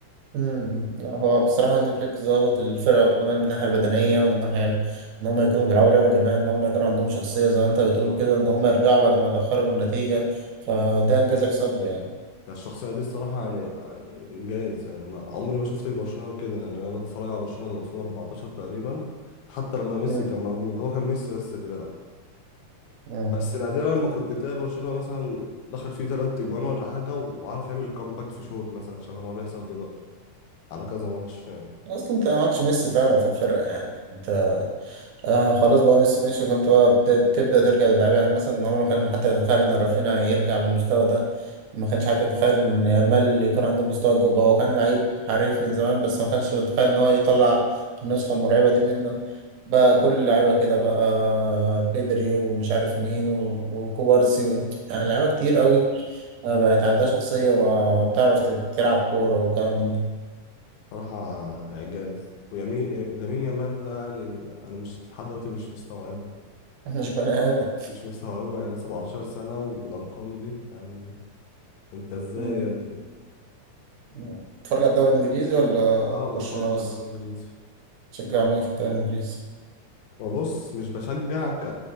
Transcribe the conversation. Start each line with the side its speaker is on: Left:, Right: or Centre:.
Right: مم. لا هو بصراحة هانز فليك ظابط الفرقة وكمان الناحية البدنية والناحية ال- إن هم يكونوا بيلعبوا لعبة جماعية إن هم يكون عندهم شخصية زي ما أنت
Left: بالظبط
Right: بتقول كده إن
Left: أه
Right: هم يرجعوا بعد ما يتأخروا بالنتيجة فده إنجاز يحسب له يعني
Left: يعني الشخصية دي الصراحة يعني يعني إنجاز يعني أنا عمري ما شفت برشلونة كده يعني أنا بتفرج على برشلونة من 2014 تقريبا حتى لما ميسي
Right: مم.
Left: كان موجود هو كان ميسي بس اللي بيلعب
Right: مم.
Left: بس نادرا لما كنت تلاقي برشلونة مثلا دخل فيه تلات تجوان ولا حاجة وعارف يعمل كومباك في شوط مثلا شبه ما بيحصل دلوقتي على كذا ماتش
Right: أصلا أنت معكش ميسي فعلا في الفرقة يعني أنت آه خلاص بقى ميسي ماشي فانت بقى بت- بتبدأ ترجع للعيبة يعني مثلا عمره كان حتى يتخيل ان رافينيا يرجع بالمستوى ده ما كانش حد يتخيل ان يامال يكون عنده مستوى الجبهة هو كان لعيب حريف من زمان بس ما كانش يتخيل ان هو يطلع النسخة المرعبة دي منه بقى كل اللعيبة كده بقى بدري ومش عارف مين و- وكوبارسي و- يعني لعيبة كتير قوي آه، بقت عندها شخصية وبتعرف تت- تلعب كورة وكلام من ده
Left: صراحة إعجاز ويمين لامين يامال ده يعني أنا مش لحد دلوقتي مش مستوعب
Right: <laughs> مش بني آدم
Left: مش مستوعبه يعني 17 سنة وبالأرقام دي يعني أنت إزاي
Right: مم.
Left: يا ابني؟
Right: بتتفرج على الدوري الإنجليزي ولا
Left: أه
Right: برشلونة
Left: بتفرج
Right: بس؟
Left: على الدوري الإنجليزي
Right: تشجع مين في الدوري الإنجليزي؟
Left: وبص مش بشجع ك...